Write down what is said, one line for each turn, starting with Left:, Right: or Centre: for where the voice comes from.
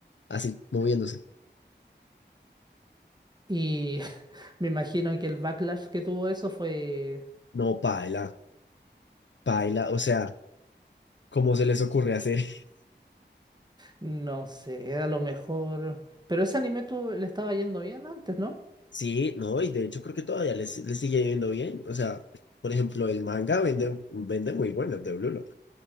Left: así moviéndose.
Right: Y <laughs> me imagino que el backlash que tuvo eso fue,
Left: No, paila, paila, o sea, ¿cómo se les ocurre hacer? <laughs>
Right: no sé, a lo mejor... Pero ese anime tú le estaba yendo bien antes, ¿no?
Left: Sí, no, y de hecho creo que todavía les, les sigue yendo bien. O sea, por ejemplo, el manga vende, vende muy bueno de Blue Lock.